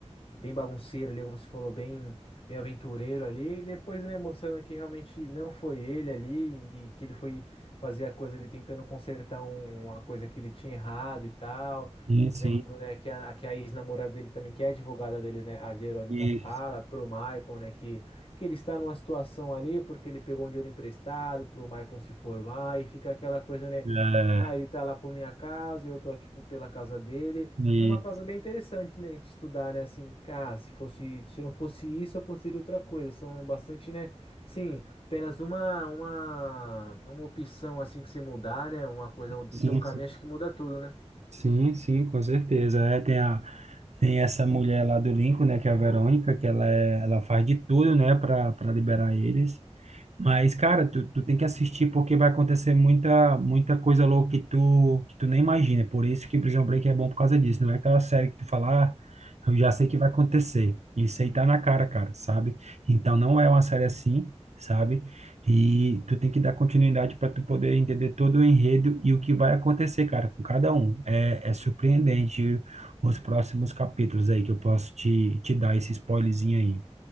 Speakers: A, on the left (about 50°); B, on the right (about 75°).
A: bem bagunceiro ali, como você falou, bem, bem aventureiro ali, e depois, né, mostrando que realmente não foi ele ali, e que ele foi fazer a coisa ali tentando consertar um- uma coisa que ele tinha errado e tal,
B: sim,
A: vendo,
B: sim.
A: né, que a, que a ex-namorada dele também, que é advogada dele, né, a Verônica
B: Isso.
A: fala pro Maicon, né, que, que ele está numa situação ali porque ele pegou um dinheiro emprestado pro Maicon se formar, e fica aquela coisa, né,
B: É,
A: ah, ele tá lá por minha casa, eu tô aqui por- pela casa dele,
B: e,
A: é uma causa bem interessante, né, a gente estudar, né, assim, ah, se fosse, se não fosse isso, aconteceria outra coisa. São bastante, né, sim, apenas uma, uma, uma opção, assim, que você mudar, né, uma coisa no
B: sim,
A: seu caminho,
B: sim.
A: acho que muda tudo, né?
B: Sim, sim, com certeza. É, tem a Tem essa mulher lá do Lincoln, né, que é a Verônica, que ela, é, ela faz de tudo, né, para para liberar eles. Mas, cara, tu, tu tem que assistir porque vai acontecer muita, muita coisa louca que tu, que tu nem imagina. Por isso que Prison Break é bom por causa disso. Não é aquela série que tu fala, ah, eu já sei que vai acontecer. Isso aí tá na cara, cara, sabe? Então não é uma série assim, sabe? E tu tem que dar continuidade para tu poder entender todo o enredo e o que vai acontecer, cara, com cada um. É, é surpreendente os próximos capítulos aí que eu posso te, te dar esse spoilerzinho aí.